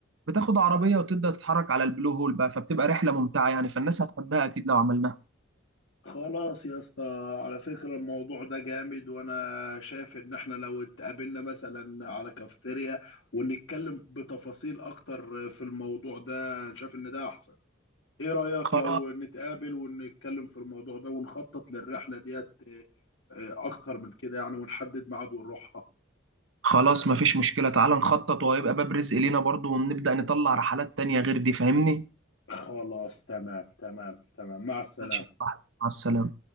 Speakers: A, on the right; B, on the left.
A: بتاخد عربيه وتبدا تتحرك على البلو هول بقى فبتبقى رحله ممتعه يعني فالناس هتحبها اكيد لو عملناها
B: خلاص يا اسطى على فكره الموضوع ده جامد وانا شايف ان احنا لو اتقابلنا مثلا على كافتيريا ونتكلم بتفاصيل اكتر في الموضوع ده شايف ان ده احسن ايه رأيك
A: خلاص
B: لو نتقابل ونتكلم في الموضوع ده ونخطط للرحلة ديت آه، آه، اكتر من كده يعني ونحدد ميعاد ونروحها
A: خلاص مفيش مشكله تعال نخطط وهيبقى باب رزق لينا برضو ونبدا نطلع رحلات تانية غير دي فاهمني
B: خلاص تمام تمام تمام مع السلامة
A: ماشي يا صاحبي، مع السلامه